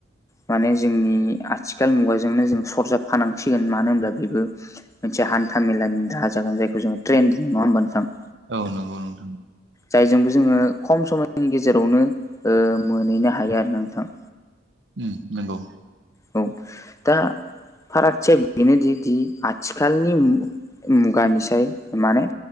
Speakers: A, on the left; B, on the right.
A: माने जोंनि आथिखाल मुगाजोंनो जों सरजाबफानांसिगोन मानो होनब्ला बेबो मोनसे हान्था मेलानि राहा जागोन जायखौ जों ट्रेन्ड बुङो नङा होनबा नोंथां
B: औ नंगौ नोंथां
A: जायजोंबो जोङो खम समनि गेजेरावनो ओ मोनहैनो हायो आरोना नोंथां
B: उम नंगौ
A: औ दा फारागथिया बेनोदि दि आथिखालनि मुगानिसाय माने